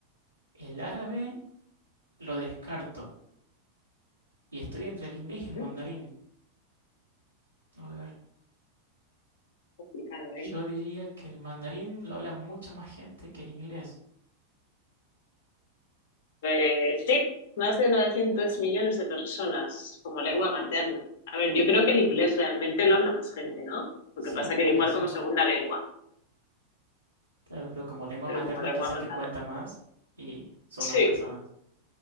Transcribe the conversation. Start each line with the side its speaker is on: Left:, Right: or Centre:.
Right: El árabe lo descarto. Y estoy entre el inglés y el
Left: ¿Eh?
Right: mandarín. A ver,
Left: Complicado,
Right: yo
Left: ¿eh?
Right: diría que el mandarín lo habla mucha más gente que el inglés.
Left: Pues sí, más de 900 millones de personas como lengua materna. A ver,
Right: Uy,
Left: yo creo que el inglés realmente lo habla más gente, ¿no? Lo
Right: sí,
Left: que pasa
Right: puede
Left: que igual
Right: ser.
Left: como segunda lengua,
Right: Claro, pero como lengua
Left: pero
Right: materna
Left: como lengua
Right: quizás
Left: materna.
Right: que cuenta más y son más
Left: Sí,
Right: personas.